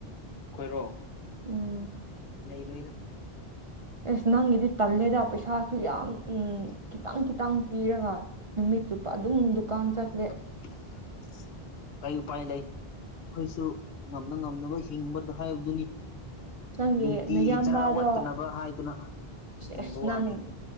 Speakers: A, on the left (about 75°); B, on the right (about 45°).
A: ꯑꯩꯈꯣꯏꯔꯣ
B: ꯎꯝ
A: ꯂꯩꯔꯣꯏꯗ
B: ꯑꯦꯁ ꯅꯪꯒꯤꯗꯤ ꯇꯜꯂꯦꯗ ꯄꯩꯁꯥꯁꯨ ꯌꯥꯝ ꯎꯝ ꯈꯤꯇꯪ ꯈꯤꯇꯪ ꯄꯤꯔꯒ ꯅꯨꯃꯤꯠ ꯆꯨꯞꯄ ꯑꯗꯨꯝ ꯗꯨꯀꯥꯟ ꯆꯠ
A: <inaudible> ꯀꯩ ꯎꯄꯥꯏ ꯂꯩ ꯑꯩꯁꯨ ꯉꯝꯅ ꯉꯝꯅꯕ ꯍꯤꯡꯕ ꯍꯥꯏꯕꯗꯨꯅꯤ
B: ꯅꯪꯒꯤ
A: ꯅꯨꯡꯇꯤꯒꯤ
B: ꯅꯌꯥꯝꯕꯗꯣ
A: ꯆꯔꯥ ꯋꯥꯠꯇꯅꯕ ꯍꯥꯏꯗꯨꯅ ꯍꯤꯡꯕ
B: ꯑꯁ
A: ꯋꯥꯅꯤ
B: ꯅꯪ